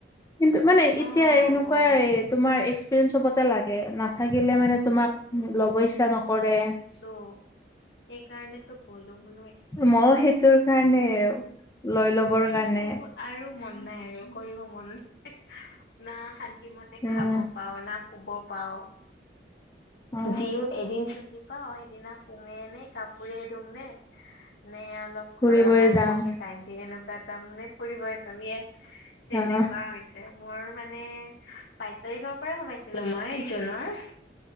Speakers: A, on the left; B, on the left.
A: কিন্তু মানে এতিয়া
B: অ অ
A: এনেকুৱাই
B: অ
A: তোমাৰ এক্সপিৰিয়েঞ্চ চবতে লাগে নাথাকিলে মানে তোমাক ল'ব ইচ্ছা নকৰে।
B: ছো সেইকাৰণেতো গ'লো বোলোৱেই।
A: মইও সেইটোৰ কাৰণে লৈ ল'বৰ
B: কিন্তু
A: কাৰণে।
B: আৰু মন নাই আৰু কৰিব মন নাই না শান্তি মতে
A: উম
B: খাব। পাও না শুব পাও।
A: অ
B: যিও এদিন ছুটি পাওঁ সেইদিনা সোমে নে কাপোৰে ধুম নে নে অলপ
A: ফুৰিবই
B: ঘৰৰ মানুহকে
A: যাম
B: টাইম দি এনেকুৱা এটানে ফুৰিব যাম। য়েছ তেনেকুৱা
A: আহ
B: হৈছে মোৰ মানে বাইশ তাৰিখৰ পৰাই সোমাইছিলো মই জুনৰ।